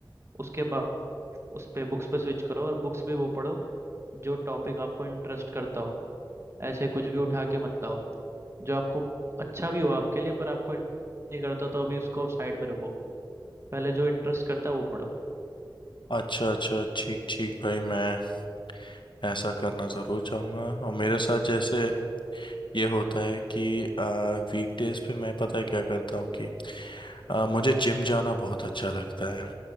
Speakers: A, on the right; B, on the left.
A: उसके बाद उस पे बुक्स पे स्विच करो और बुक्स भी वो पढ़ो जो टॉपिक आपको इंटरेस्ट करता हो ऐसे कुछ भी उठा के मत लाओ जो आपको अच्छा भी हो आपके लिए पर आपको नहीं करता तो अभी उसको साइड में रखो पहले जो इंटरेस्ट करता है वो पढ़ो
B: अच्छा अच्छा ठीक ठीक भाई मैं ऐसा करना ज़रूर चाहूँगा और मेरे साथ जैसे ये होता है कि वीकडेज पे मैं पता है क्या करता हूँ कि आ, मुझे जिम जाना बहुत अच्छा लगता है